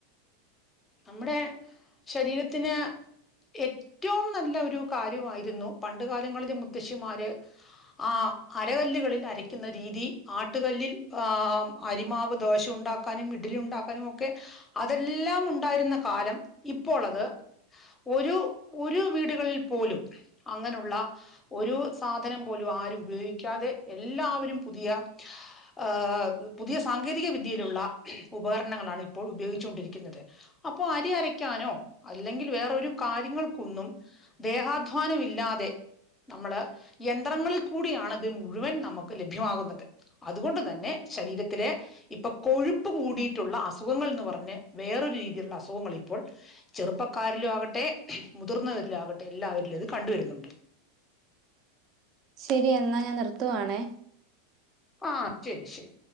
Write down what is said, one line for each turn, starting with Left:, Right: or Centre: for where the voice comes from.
Left: നമ്മുടെ ശരീരത്തിന് ഏറ്റവും നല്ല ഒരു കാര്യമായിരുന്നു പണ്ട് കാലങ്ങളില് മുത്തശ്ശിമാര് ആ അരകല്ലുകളിൽ അരയ്ക്കുന്ന രീതി ആ ട്ട് കല്ലിൽ ആ അരിമാവ് ദോശ ഉണ്ടാക്കാനും ഇഡലി ഉണ്ടാക്കാനും ഒക്കെ അതെല്ലാം ഉ ണ്ടായിരുന്ന കാലം ഇപ്പോളത് ഒരു ഒരു വീടുകളിൽ പോലും അങ്ങനുള്ള ഒരു സാധനം പോലും ആരും ഉപയോഗിക്കാതെ എല്ലാവരും പുതിയ ഏ പുതിയ സാങ്കേതിക വിദ്യയിലുള്ള ഉപകരണങ്ങളാണ് ഇപ്പോൾ ഉപയോഗിച്ചുകൊണ്ടിരിക്കുന്നത് ഇപ്പൊ അരി അരക്കാനോ അല്ലെങ്കിൽ വേറൊരു കാര്യങ്ങൾക്കൊന്നും ദേഹാധ്വാനമില്ലാതെ നമ്മള് യന്ത്രങ്ങളിൽ കൂടിയാണത് മുഴുവൻ നമുക്ക് ലഭ്യമാകുന്നത് അതുകൊൺ ശരീരത്തിലെ ഇപ്പൊ കൊഴുപ്പ് കൂടിയിട്ടുള്ള അസുഖങ്ങൾ ന്ന് പറഞ്ഞ് വേറൊരു രീതിയിൽ ള്ള അസുഖങ്ങൾ ഇപ്പോൾ ചെറുപ്പക്കാരിലും ആകട്ടെ മുതിർന്നവരിലും ആകട്ടെ എല്ലാവരിലും ഇത് കണ്ടുവരുന്നുണ്ട്
Right: ശരി എന്നാ ഞാൻ നിർത്തുവാണേ
Left: ആഹ് ശരി ശരി